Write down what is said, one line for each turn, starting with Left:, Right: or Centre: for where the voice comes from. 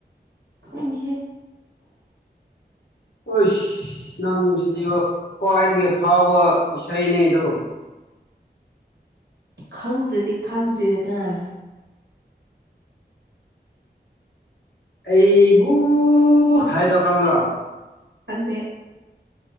Right: ꯎꯅꯤꯍꯦ <unintelligible>
Left: ꯍꯣꯏ ꯅꯪꯁꯤꯗꯤ ꯈ꯭ꯋꯥꯏꯗꯒꯤ ꯐꯥꯎꯕ ꯏꯁꯩꯅꯦꯗꯣ
Right: <unintelligible>
Left: ꯑꯩꯕꯨ ꯍꯥꯏꯗꯣ ꯈꯪꯗ꯭ꯔꯣ
Right: ꯐꯗꯦ